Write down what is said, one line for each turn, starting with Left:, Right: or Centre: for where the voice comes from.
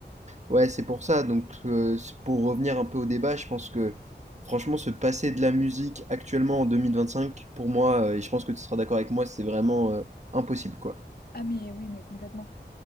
Right: Ouais, c'est pour ça. Donc, euh, pour revenir un peu au débat, je pense que franchement, se passer de la musique actuellement en 2025, pour moi, euh, et je pense que tu seras d'accord avec moi, c'est vraiment euh, impossible, quoi.
Left: Ah mais oui, mais complètement.